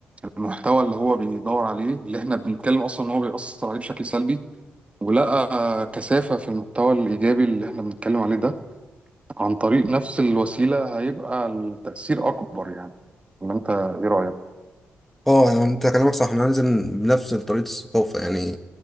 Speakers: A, on the right (about 25°); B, in the centre.
A: المحتوى اللي هو بيدور عليه اللي احنا بنتكلم اصلا ان هو بيأثر عليه بشكل سلبي ولقى كثافة في المحتوى الإيجابي اللي احنا بنتكلم عليه ده عن طريق نفس الوسيلة هيبقى التأثير أكبر يعني ولا أنت إيه رأيك؟
B: اه يعني انت كلامك صح احنا لازم بنفس طريقة الثقافة يعني